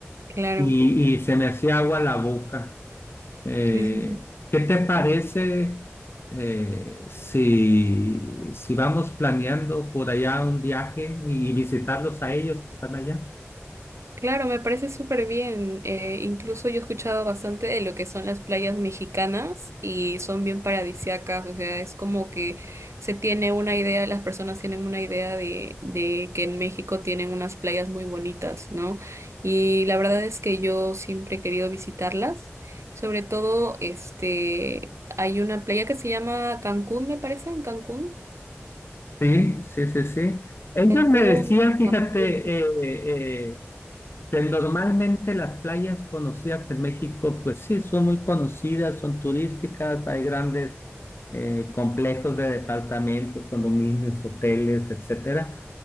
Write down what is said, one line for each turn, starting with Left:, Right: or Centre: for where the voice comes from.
Right: claro.
Left: y, y se me hacía agua la boca. Eh,
Right: Sí, sí, sí.
Left: ¿qué te parece eh, si, si vamos planeando por allá un viaje y visitarlos a ellos que están allá?
Right: Claro, me parece súper bien. Eh, incluso yo he escuchado bastante de lo que son las playas mexicanas y son bien paradisíacas. O sea, es como que se tiene una idea, las personas tienen una idea de, de que en México tienen unas playas muy bonitas, ¿no? Y la verdad es que yo siempre he querido visitarlas. Sobre todo, este, hay una playa que se llama Cancún, me parece, en Cancún.
Left: Sí, sí, sí, sí. Ellos
Right: Cancún,
Left: me decían,
Right: Acapulco.
Left: fíjate, eh, eh, Pues, Normalmente las playas conocidas en México, pues sí, son muy conocidas, son turísticas, hay grandes eh, complejos de departamentos, condominios, hoteles, etcétera,